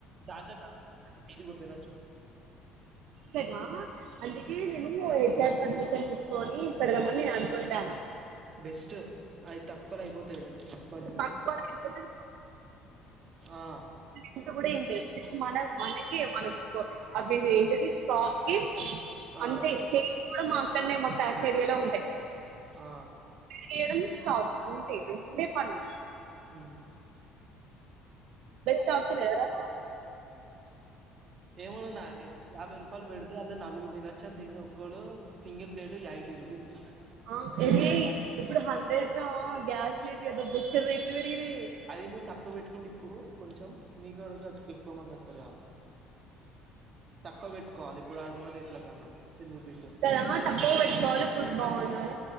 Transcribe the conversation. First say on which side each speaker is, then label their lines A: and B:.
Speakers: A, on the right; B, on the right.
A: దాంట ఐదుగురుతినచ్చు
B: కదా అందుకే నేను హెచ్ అర్ పర్మిషన్ తీసుకొని పెడదామని నేను అనుకుయింటాన
A: బెస్ట్ ఆయి తక్కువలో అయిపోతాది బడ్జెట్
B: తక్కువ అయిపోతే
A: ఆ
B: ఇంట కూడా ఇండి మన మన మనం అ ఏంటిది స్టాక్ కి
A: ఆ
B: అంటే మా అక్కనే మాక్క కెప్టెరియాలో ఉంటయి
A: ఆ
B: చేయడం స్టాప్ అంతే రెండే పని
A: హ్మ్
B: బెస్ట్ ఆప్షన్ కదరా
A: ఏమోమారి యాభై రూపాయలు పెడితే అలా నాలుగురు ర తినొచ్చంటే ఏ ఒక్కోళ సింగిల్ ప్లేట్ ఎయిటి రుపీసు
B: ఆ ఇది ఇప్పుడు హండ్రెడ్ రా గ్యాస్ లేదు ఏదో బొచ్చ ర ఇట్లు పెరిగినాయి
A: అది నువ్వు తక్కువ పెట్టుకుంటే ఇప్పుడు కొంచెం నీకుడగా ఎక్కువమంది వతార తక్కువ పెట్టుకోవాలి ఇప్పుడు ఆడున్న రేట్ల కన్నా టెన్ రూపీసు
B: కదా తక్కువ పెట్టుకోవాలి ఫుడ్ బాగుండాలి